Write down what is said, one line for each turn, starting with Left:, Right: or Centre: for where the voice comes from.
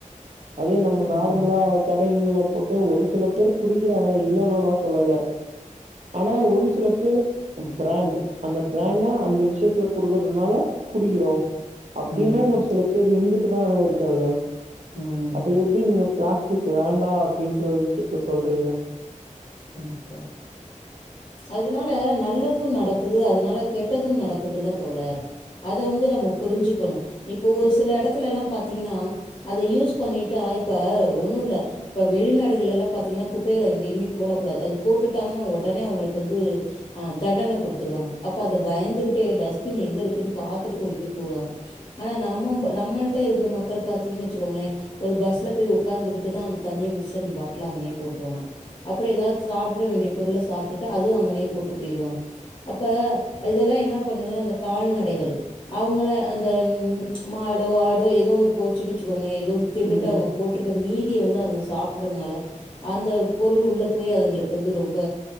Right: அதே நம்ம
Left: ம்
Right: நார்மலா கடைங்கல போட்டு ஒரு சில பேர் குடிக்கிறாங்க இல்லன்னல்லாம் சொல்லலை ஆனா ஒரு சில பேர் பிராண்ட் அந்த பிராண்ட்னா அந்த விஷயத்துல குடுக்கறதுனால குடிக்கிறோம் அப்படின்னு
Left: ம்
Right: ஒரு சில பேர் இருந்துட் டுதானே இருக்காங்க
Left: ம்
Right: அப்ப எப்படி நீங்க பிளாஸ் த்துக்கு வேண்டாம் அப்படின்ற ஒரு விஷயத்த சொல்றீங்க
Left: <unintelligible> அதனால நல்லதும் நடக்குது அதனால கெட்டதும் நடக்குதுல்ல தோழர் அத வந்து நம்ம புரிஞ்சுக்கணும் இப்ப ஒரு சில இடத்துல எல்லாம் பாத்தீங்கன்னா அத யூஸ் பண்ணிட்டா இப்ப ஒண்ணும் இல்ல இப்ப வெளிநாடுகள் எல்லாம் பாத்தீங்கன்னா குப்பைகளை எங்கேயுமே போடக்கூடாது அது போட்டுட்டாங்கன்னா உடனே அவங்களுக்கு வந்து தண்டனை குடுத்துருவாங்க அப்போ அதை பயந்துகிட்டே டஸ்ட்பின் எங்கே இருக்குன்னு பாத்துட்டு கொண்டு போய் போடுவாங்க ஆனால் நம்ம நம்மளிட்ட இருக்க மக்கள் பாத்தீங்கன்னு வச்சுக்கோங்களேன் ஒரு பஸ்ஸில் போய் உட்காந்துக்கிட்டு தான் அந்த தண்ணியை குடித்து அந்த பாட்டில் அங்கனே போட்டுருவாங்க அப்பறம் எதாவது சாப்ட வேண்டிய பொருள சாப்ட்டுட்டு அதுவும் அங்கனே போட்டு போயிடுவாங்க அப்போ அதெல்லாம் என்ன பண்ணதுன்னா இந்த கால்நடைகள் அவங்கள அந்த ம் மாடோ ஆடோ ஏதோ ஒன்னு போச்சுனு வச்சுக்கோங்களே தோம் தின்னுட்டு
Right: ம்
Left: அவங்க போட்ருக்க மீ தியை வந்து அதுங்க சாப்பிட்றதுனால அந்த பொருள் உள்ள போய் அதுங்களுக்கு வந்து ரொம்ப